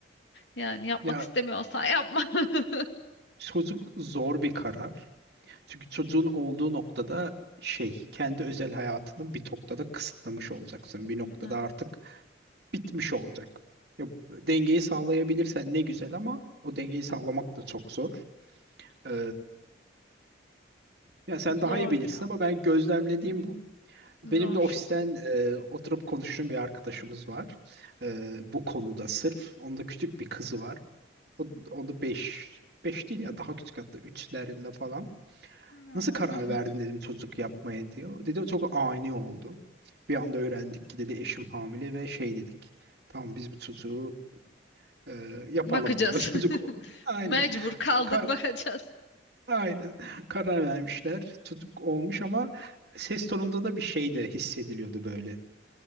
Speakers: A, on the left; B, on the right.
A: Yani yapmak
B: Ya
A: istemiyorsan yapma. <laughs>
B: çocuk zor bir karar. Çünkü çocuğun olduğu noktada şey kendi özel hayatını bir noktada kısıtlamış olacaksın. Bir noktada
A: Hmm,
B: artık bitmiş olacak. Ya dengeyi sağlayabilirsen ne güzel ama o dengeyi sağlamak da çok zor. Ee, Ya sen
A: Zor
B: daha iyi bilirsin
A: ya.
B: ama ben gözlemlediğim bu.
A: Zor.
B: Benim de ofisten e, oturup konuştuğum bir arkadaşımız var. E, bu konuda sırf. Onda küçük bir kızı var. O, onda beş 5 değil ya daha küçük hatta üçlerinde falan.
A: Hmm.
B: Nasıl karar verdin dedim çocuk yapmaya diyor. Dedi çok ani oldu. Bir anda öğrendik ki dedi eşim hamile ve şey dedik. Tamam biz bu çocuğu e,
A: <laughs>
B: yapalım
A: Bakacağız.
B: diyor. <laughs> Çocuk
A: <laughs>
B: aynen.
A: Mecbur kaldık
B: Kar-
A: bakacağız.
B: Aynen karar vermişler. Tutuk olmuş ama ses tonunda da bir şey de hissediliyordu böyle.